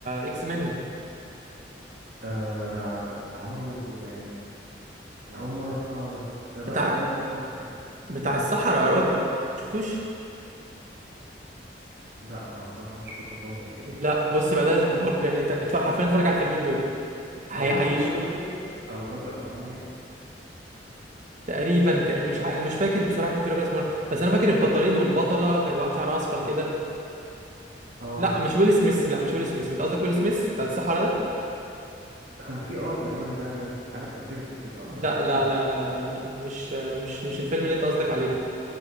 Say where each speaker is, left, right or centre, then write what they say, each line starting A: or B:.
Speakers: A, on the right; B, on the right.
A: اكس مان
B: آه ده ع- ده عمله يعني انا اول مره اسمعه ده ده بقى
A: بتاع
B: ده بجد اول مره اسمعه
A: بتاع الصحراء يا راجل شفتوش
B: لا ما بصراحه مش فاكره خالص يعني
A: لا بص بقى ده لازم برضه يعني انت اتفرج حرفيا اتفرج على الفيلمين دول هيعيش
B: هو ده كان فيه راجل اسود او راجل اسمراني يعني
A: تقريبا ك... مش ع... مش فاكر بصراحه كان في راجل اسمه بس انا فاكر البطلين والبطله كان واحد شعرها اصفر كده
B: اه
A: لا مش ويل سميث لا مش ويل سميث انت قصدك ويل سميث بتاع الصحراء ده
B: كان في اه تقريبا ده ده في حاجه في ذاكرتي كده اصل
A: لا
B: خد بالك
A: لا
B: انا بشوف
A: لا لا
B: افلام
A: لا
B: كتير
A: لا لا مش مش مش الفيلم اللي انت قصدك عليه ده